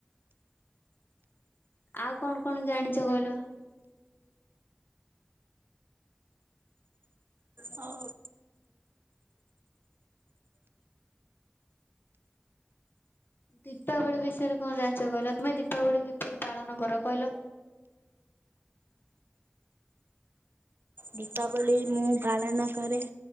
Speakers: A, on the left; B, on the right.
A: ଆଉ କଣ କଣ ଜାଣିଛ କିହିଲ?
B: ଆଉ
A: ଦୀପାବଳି ବିଷୟରେ କଣ ଜାଣିଛ କହିଲ? ତୁମେ ଦୀପାବଳି କିପରି ପାଳନ କର କହିଲ?
B: ଦୀପାବଳି ମୁଁ ପାଳନ କରେ